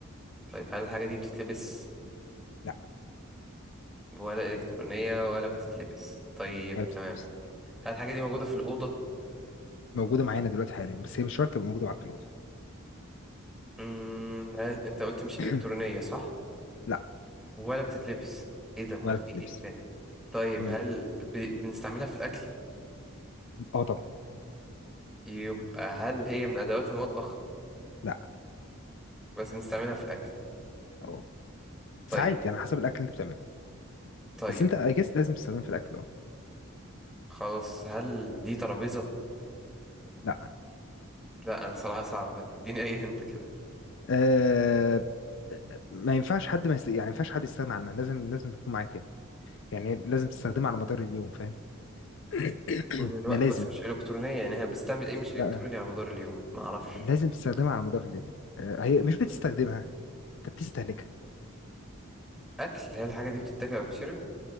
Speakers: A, in the centre; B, on the left.
A: طيب هل الحاجة دي بتتلبس؟
B: لا
A: ولا إلكترونية ولا بتتلبس طيب
B: ولا بتتلبس
A: تمام هل الحاجة دي موجودة في الأوضة؟
B: موجوده معانا دلوقتي حاليا بس هي مش شرط تبقى موجوده معاك في الاوضه
A: مم... هل أنت قلت مش
B: <clears throat>
A: إلكترونية صح؟
B: لا
A: ولا بتتلبس؟ إيه ده أمال
B: ولا
A: في
B: بتتلبس
A: إيه تاني؟ طيب
B: مم.
A: هل ب... بنستعملها في الأكل؟
B: اه طبعا
A: يبقى هل هي من أدوات المطبخ؟
B: لا
A: بس بنستعملها في الأكل
B: اه
A: طيب
B: ساعات يعني حسب الاكل اللي انت بتعمله
A: طيب
B: بس انت اجس لازم تستخدمه في الاكل اه
A: خلاص هل دي ترابيزة؟
B: لا
A: لا أنا صراحة صعب ما تديني أي هنت كده
B: آه ما ينفعش حد ما يست... يعني ما ينفعش حد يستغنى عنها لازم لازم تكون معاك يعني يعني لازم تستخدمها على مدار اليوم فاهم <clears throat>
A: طول الوقت
B: ده لازم
A: بس مش إلكترونية يعني احنا بنستعمل إيه مش إلكتروني
B: لا
A: على مدار اليوم ما أعرفش
B: لازم تستخدمها على مدار اليوم آه، هي مش بتستخدمها انت بتستهلكها
A: اكل هل الحاجه دي بتتاكل او بتشرب